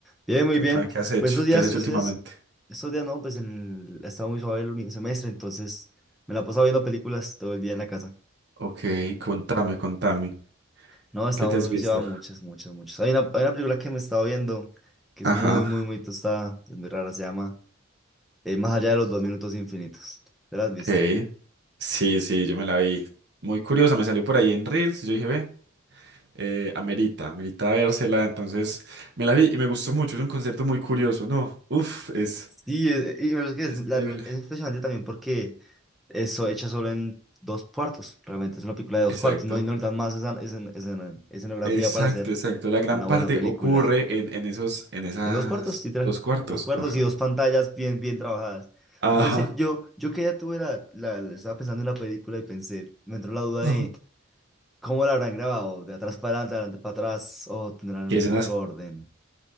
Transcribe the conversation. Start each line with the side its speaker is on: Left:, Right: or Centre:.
Centre: Bien, muy
Right: Contame,
Centre: bien.
Right: ¿qué has hecho?
Centre: Pues esos días,
Right: ¿Qué has hecho
Centre: esos
Right: últimamente?
Centre: días, esos días no, pues el, estaba muy suave el último semestre, entonces me la he pasado viendo películas todo el día en la casa.
Right: Ok, contame, contame,
Centre: No, estaba
Right: ¿qué te has
Centre: muy,
Right: visto?
Centre: llevaba muchas, muchas, muchas. Hay una, hay una película que me estaba viendo que es
Right: Ajá,
Centre: muy, muy, muy tostada, es muy rara, se llama. eh, más allá de los dos minutos infinitos. ¿Te la has
Right: ok,
Centre: visto?
Right: sí, sí, yo me la vi, muy curiosa, me salió por ahí en Reels, y yo dije, ve. eh, amerita, amerita vérsela, entonces me la vi y me gustó mucho, es un concepto muy curioso, ¿no? Uf, es,
Centre: Sí, eh, y me parece que es,
Right: es
Centre: la
Right: increíble.
Centre: re- es impresionante también porque eso hecha solo en dos cuartos. Realmente es una película de dos
Right: Exacto,
Centre: cuartos. No, y no necesitan más esa, escen- escena- escenografía
Right: exacto,
Centre: para hacer
Right: exacto. La gran
Centre: una buena
Right: parte
Centre: película.
Right: ocurre en, en esos, en esas
Centre: En dos cuartos, literal.
Right: dos cuartos.
Centre: Dos cuartos
Right: Ajá.
Centre: y dos pantallas bien, bien trabajadas.
Right: Ajá.
Centre: Me parece, yo, yo que ya tuve la, la- la- estaba pensando en la película y pensé, me entró la duda
Right: Ajá.
Centre: de cómo la habrán grabado, de atrás para adelante, de adelante para atrás, o tendrán
Right: ¿Qué escenas?
Centre: otro orden.